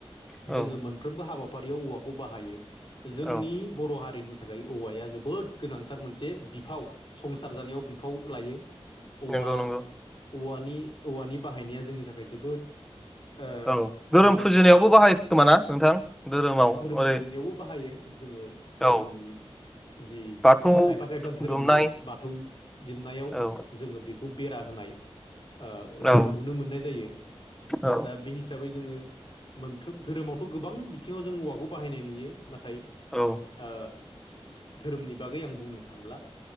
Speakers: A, in the centre; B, on the left.
A: औ
B: जोङो मोन मोनफ्रोमबो हाबाफारियाव औवाखौ बाहायो। जोंनि
A: औ
B: बर' हारिनि थाखाय औवाया जोबोद गोनांथार मोनसे बिफाव संसार संसार जानायाव बिफाव लायो औवा
A: नंगौ नंगौ
B: औवानि औवानि बाहायनाया जोंनि थाखाय जोबोद ओ
A: औ धोरोम
B: ओ
A: फुजिनायावबो बाहाय खोमाना नोंथां? धोरोमाव
B: जों
A: ओरै
B: फुजिनायावबो बाहायो। जोङो धोरोमनि
A: औ
B: जि
A: बाथौ
B: खायफा खायफा धोरोमनि
A: दुमनाय
B: बाथौ दुमनायाव
A: औ
B: जोङो खौ बेरा होनाय ओ
A: औ
B: जों नुनो मोननाय जायो
A: औ
B: दा बे हिसाबै जोङो। मोनफ्रोम धोरोमावथ' गोबां बिथिङाव जों औवाखौ बाहायनाय नुयो नाथाय।
A: औ
B: ओ धोरोमनि बागै आं बुंनो सानला